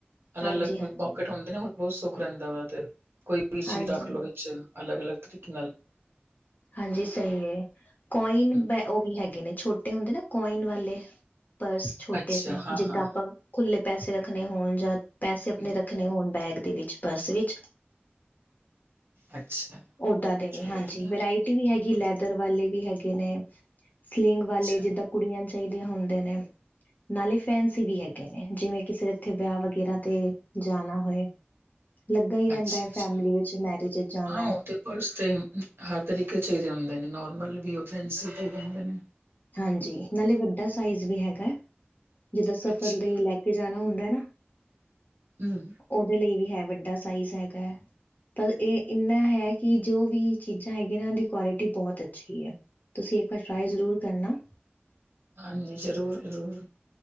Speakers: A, on the right (about 70°); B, on the left (about 45°).
A: ਅਲੱਗ
B: ਹਾਂਜੀ
A: ਅਲੱਗ
B: ਹਾਂਜੀ
A: ਪਕਟ ਹੁੰਦੇ ਨੇ ਬਹੁਤ ਸੁੱਖ ਰਹਿੰਦਾ ਉਹਦਾ ਤੇ ਕੋਈ ਵੀ ਚੀਜ਼
B: ਹਾਂਜੀ
A: ਰੱਖ ਲਓ ਵਿੱਚ ਅਲੱਗ-ਅਲੱਗ ਤਰੀਕੇ ਨਾਲ
B: ਹਾਂਜੀ ਸਹੀ ਹੈ। ਕੋਇਨ
A: ਹੂੰ,
B: ਬੈ ਉਹ ਵੀ ਹੈਗੇ ਨੇ ਛੋਟੇ ਹੁੰਦੇ ਨਾ ਕੋਇਨ ਵਾਲੇ ਪਰਸ ਛੋਟੇ
A: ਅੱਛਾ
B: ਸ
A: ਹਾਂ-ਹਾਂ
B: ਜਿੱਦਾਂ ਆਪਾਂ ਖੁੱਲੇ ਪੈਸੇ ਰੱਖਣੇ ਹੋਣ ਜਾਂ ਪੈਸੇ ਆਪਣੇ
A: ਹੂੰ,
B: ਰੱਖਣੇ ਹੋਣ ਬੈਗ ਦੇ ਵਿੱਚ ਪਰਸ ਵਿੱਚ
A: ਅੱਛਾ
B: ਉਦਾਂ ਦੇ ਨਿ
A: ਚਲੋ
B: ਹਾਂਜੀ
A: ਵਧੀਆ।
B: ਵਰਾਇ
A: ਹੂੰ,
B: ਹੈਗੀ ਲੈਦਰ ਵਾਲੇ ਵੀ ਹੈਗੇ ਨੇ ਸਲਿੰਗ ਵਾਲੇ
A: ਅੱਛਾ,
B: ਜਿੱਦਾਂ ਕੁੜੀਆਂ ਚਾਹੀਦੀਆਂ ਹੁੰਦੇ ਨੇ ਨਾਲੇ ਫੈਨਸੀ ਵੀ ਹੈਗੇ ਨੇ ਜਿਵੇਂ ਕਿ ਇੱਥੇ ਵਿਆਹ ਵਗੈਰਾ ਤੇ ਜਾਣਾ ਹੋਏ ਲੱਗਾ ਹੀ ਰਹਿੰਦਾ
A: ਅੱਛਾ-ਅੱਛਾ
B: ਹੈ। ਫੈਮਿਲੀ ਵਿੱਚ ਮੈਰਿਜ ਚ ਜਾਣਾ
A: ਹਾਂ
B: ਏ
A: ਉਹ ਤੇ ਪਰਸ ਤੇ ਹਰ ਤਰੀਕੇ ਚਾਹੀਦੇ ਹੁੰਦੇ ਨੇ ਨੋਰਮਲ ਵੀ ਉਹ ਫਸੀ ਚਾਹੀਦੇ ਹੁੰਦੇ ਨੇ
B: ਹਾਂਜੀ ਨਾਲੇ ਵੱਡਾ ਸਾਈਜ਼ ਵੀ ਹੈਗਾ ਜਿੱਦਾਂ ਸਫ਼ਰ
A: ਅੱਛਾ
B: ਲਈ ਲੈ ਕੇ ਜਾਣਾ ਹੁੰਦਾ ਹੈ ਨਾ
A: ਹਮ
B: ਉਹਦੇ ਲਈ ਵੀ ਹੈ ਵੱਡਾ ਸਾਈਜ਼ ਹੈਗਾ ਹੈ ਪਰ ਇਹ ਇੰਨਾ ਹੈ ਕਿ ਜੋ ਵੀ ਚੀਜ਼ਾਂ ਹੈਗੀਆਂ ਇਹਨਾਂ ਦੀ ਕੁਆਲਿਟੀ ਬਹੁਤ ਅੱਛੀ ਹੈ ਤੁਸੀਂ ਇੱਕ ਵਾਰ ਟਰਾਈ ਜ਼ਰੂਰ ਕਰਨਾ
A: ਹਾਂਜੀ ਜ਼ਰੂਰ ਜ਼ਰੂਰ